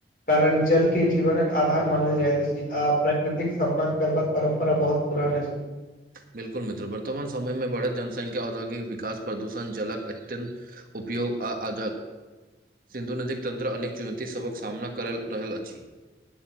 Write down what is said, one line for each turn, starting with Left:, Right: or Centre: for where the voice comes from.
Left: कारण जल के जीवनक आधार मानल जायत अछि आ प्राकृतिक सम्मान करबाक परम्परा बहुत पुरान अति।
Right: बिलकुल मित्र वर्तमान समय मे बढ़ैत जनसंख्या, औद्योगिक विकास, प्रदूषण, जलक अत्यन्त उपयोग आ आज सिन्धु नदीक तन्त्र अनेक चुनौती सभक सामना करल रहल अछि।